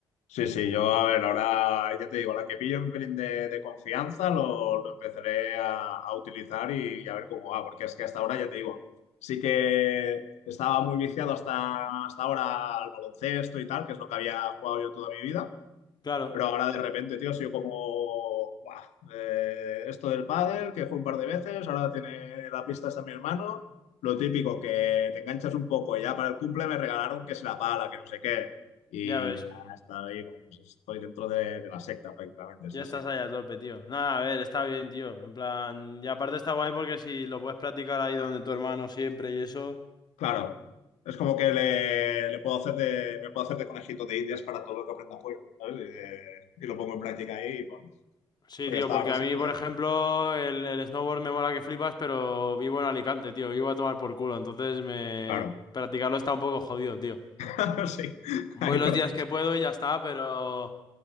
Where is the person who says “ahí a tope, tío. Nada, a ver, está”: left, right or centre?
Left